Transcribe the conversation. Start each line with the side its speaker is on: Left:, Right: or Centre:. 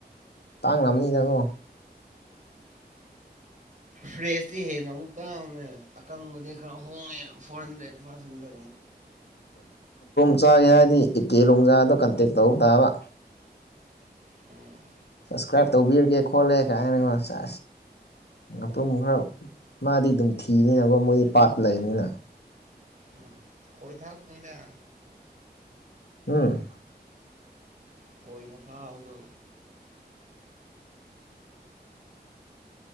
Left: ꯇꯥꯡ ꯉꯅꯤꯅꯀꯣ
Right: ꯐ꯭ꯔꯦꯁꯇꯤ ꯍꯦꯟꯅ ꯑꯃꯨꯛꯇꯪꯅꯦ ꯑꯀꯪꯕꯗꯤ ꯍ ꯐꯣꯔ ꯍꯟꯗ꯭ꯔꯦꯠ ꯈꯔ ꯁꯗꯦ
Left: ꯆꯞ ꯆꯥꯒꯦ ꯍꯥꯏꯔꯗꯤ ꯏꯀꯦ ꯂꯣꯡꯖꯥꯗꯣ ꯀꯟꯇꯦꯛ ꯇꯧꯕ ꯇꯥꯕ
Right: ꯎꯝ
Left: ꯁꯞꯁꯀ꯭ꯔꯥꯏꯞ ꯇꯧꯕꯤꯔꯒꯦ ꯈꯣꯠꯂꯦ ꯀꯥꯏꯅꯒꯣ ꯑꯁ ꯉꯄ꯭ꯔꯨꯝ ꯈꯔ ꯃꯥꯗꯤ ꯑꯗꯨꯝ ꯊꯤꯅꯤꯅꯀꯣ ꯃꯣꯏꯗꯤ ꯄꯥꯠ ꯂꯩꯕꯅꯤꯅ
Right: ꯎꯝ ꯀꯣꯏ ꯊꯥꯛ ꯅꯗ
Left: ꯎꯝ
Right: ꯀꯣꯏꯅ ꯐꯥꯎꯗꯣ